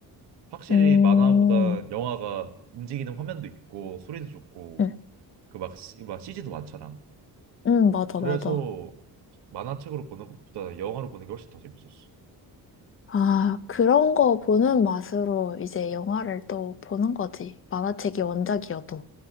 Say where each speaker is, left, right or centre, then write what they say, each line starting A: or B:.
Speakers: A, on the right; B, on the left.
A: 확실히
B: 음,
A: 만화보다 영화가 움직이는 화면도 있고 소리도 좋고
B: 응
A: 그막 막 CG도 많잖아.
B: 응 맞아,
A: 그래서
B: 맞아.
A: 만화책으로 보는 것보다 영화로 보는 게 훨씬 더 재밌었어.
B: 아, 그런 거 보는 맛으로 이제 영화를 또 보는 거지. 만화책이 원작이어도.